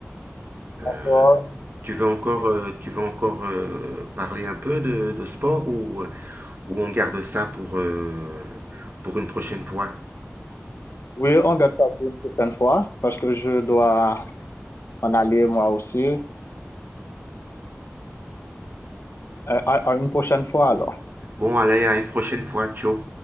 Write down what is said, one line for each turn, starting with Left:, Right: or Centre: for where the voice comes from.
Right: Euh,
Left: Euh,
Right: tu veux encore, euh, tu veux encore euh, parler un peu de, de sport ou, ou on garde ça pour, euh, pour une prochaine fois?
Left: Oui, on garde ça pour une prochaine fois parce que je dois en aller moi aussi. Euh, à, à une prochaine fois alors.
Right: Bon, allez, à une prochaine fois. Ciao.